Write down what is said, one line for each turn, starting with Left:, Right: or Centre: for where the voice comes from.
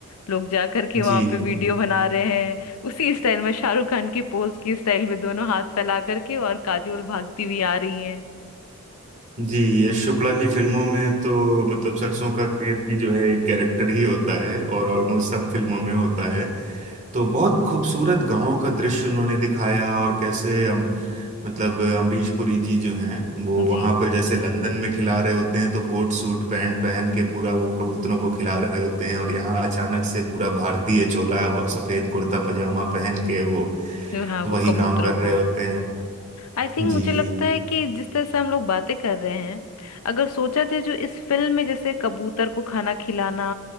Left: लोग जा करके वहां
Right: जी
Left: पे वीडियो बना रहे हैं उसी स्टाइल में शाहरुख खान की पोज की स्टाइल में दोनों हाथ फैला करके और काजोल भागती हुई आ रही हैं
Right: जी यश चोपड़ा की फिल्मों में तो मतलब सरसों का खेत भी जो है एक कैरेक्टर ही होता है और ऑलमोस्ट सब फिल्मों में होता है तो बहुत खूबसूरत गांवों का दृश्य उन्होंने दिखाया और कैसे हम मतलब अमरीश पुरी जी जो हैं वो वहां
Left: जी
Right: पर जैसे लंदन में खिला रहे होते हैं तो कोट सूट पैंट पहन के पूरा वो कबूतरों को खिला रहे होते हैं और यहाँ अचानक से पूरा भारतीय चोला व- सफेद कुर्ता पजामा पहन के वो
Left: जो हाँ
Right: वही
Left: वो कबूतरों
Right: काम कर
Left: को
Right: रहे होते हैं
Left: आई थिंक
Right: जी
Left: मुझे लगता है कि जिस तरह से हम लोग बातें कर रहे हैं अगर सोचा जाए जो इस फिल्म में जैसे कबूतर को खाना खिलाना